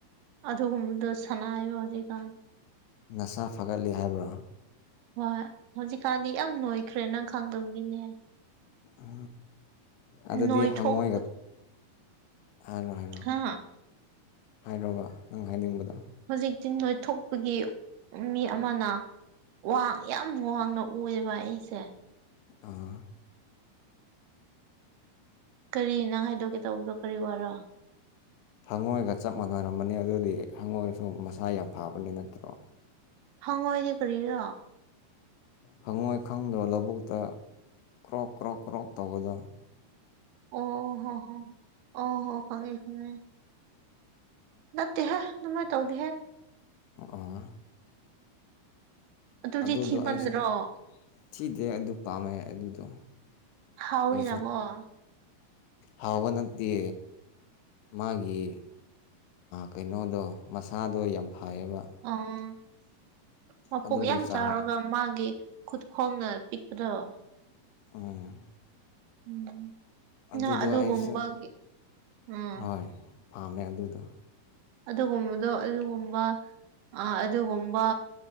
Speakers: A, on the right (about 80°); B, on the left (about 85°).
A: ꯑꯗꯨꯒꯨꯝꯕꯗꯣ ꯁꯅꯥꯏꯕ ꯍꯧꯖꯤꯛꯀꯥꯟ
B: ꯅꯁꯥ ꯐꯒꯠꯂꯤ ꯍꯥꯏꯕ꯭ꯔꯥ
A: ꯍꯣꯏ ꯍꯧꯖꯤꯛꯀꯥꯟꯗꯤ ꯌꯥꯝ ꯅꯣꯏꯈ꯭ꯔꯦ ꯅꯪ ꯈꯪꯗꯕꯒꯤꯅꯦ
B: ꯎ ꯑꯗꯨꯗꯤ
A: ꯅꯣꯏꯊꯣꯛꯄ
B: ꯍꯪꯉꯣꯏꯒ ꯍꯥꯏꯔꯣ ꯍꯥꯏꯔꯣ
A: ꯍꯥ
B: ꯍꯥꯏꯔꫭꯕ ꯅꯪ ꯍꯥꯏꯅꯤꯡꯕꯗꫭ
A: ꯍꯧꯖꯤꯛꯇꯤ ꯅꯣꯏꯊꯣꯛꯄꯒꯤ ꯃꯤ ꯑꯃꯅ ꯋꯥꯡ ꯌꯥꯝ ꯋꯥꯡꯅ ꯎꯑꯕ ꯑꯩꯁꯦ
B: ꯑꯥ
A: ꯀꯔꯤ ꯅꯪ ꯍꯥꯏꯗꯣꯛꯀꯦ ꯇꯧꯕꯗꯣ ꯀꯔꯤ ꯋꯥꯔꯣ
B: ꯍꯪꯉꯣꯏꯒ ꯆꯞ ꯃꯥꯟꯅꯔꯝꯕꯅꯤ ꯑꯗꯨꯗꯤ ꯍꯪꯉꯣꯏꯒꯁꯨ ꯃꯁꯥ ꯌꯥꯝ ꯐꯥꯕꯅꯤ ꯅꯠꯇ꯭ꯔꯣ
A: ꯍꯪꯉ ꯑꯣꯏꯗꯤ ꯀꯔꯤꯔꫭ
B: ꯍꯪꯉꯣꯏ ꯈꯪꯗꯕ ꯂꯧꯕꯨꯛꯇ ꯀ꯭ꯔꯣꯛ ꯀ꯭ꯔꯣꯛ ꯀ꯭ꯔꯣꯛ ꯇꯧꯕꯗꫭ
A: ꯑꯣ ꯍꯣ ꯍꯣ ꯑꯣ ꯍꯣ ꯈꯪꯉꯦ ꯈꯪꯉꯦ ꯅꯠꯇꯦ ꯍꯦ ꯑꯗꯨꯃꯥꯏ ꯇꯧꯜꯗꯤꯍꯦ
B: ꯑꯥ
A: ꯑꯗꯨꯗꯤ
B: ꯑꯗꯨꯗꯣ
A: ꯊꯤꯃꯟꯗ꯭ꯔꯣ
B: ꯑꯩꯁꯨ ꯊꯤꯗꯦ ꯑꯗꯨ ꯄꯥꯝꯃꯦ ꯑꯗꯨꯗꯣ
A: ꯍꯥꯎꯋꯤꯅ
B: ꯑꯩꯁꯨ
A: ꯀꫭ
B: ꯍꯥꯎꯕ ꯅꯠꯇꯦ ꯃꯥꯒꯤ ꯀꯩꯅꯣꯗꯣ ꯃꯁꯥꯗꯣ ꯌꯥꯝ ꯐꯩꯌꯦꯕ
A: ꯎꯝ ꯃꯄꯣꯛ
B: ꯑꯗꯨꯒꯤ
A: ꯌꯥꯝ
B: ꯆꯥꯡ
A: ꯆꯥꯎꯔꯒ ꯃꯥꯒꯤ ꯈꯨꯠ ꯈꯣꯡꯅ ꯄꯤꯛꯄ꯭ꯗꫭ
B: ꯎꯝ
A: ꯎꯝ
B: ꯑꯗꯨꯗꯣ
A: ꯅ ꯑꯗꯨꯒꯨꯝꯕꯒꯤ
B: ꯑꯩꯁꯨ
A: ꯎꯝ
B: ꯍꯣꯏ ꯄꯥꯝꯃꯦ ꯑꯗꯨꯗꯣ
A: ꯑꯗꯨꯒꯨꯝꯕꯗꯣ ꯑꯗꯨꯒꯨꯝꯕ ꯑꯥ ꯑꯗꯨꯒꯨꯝꯕ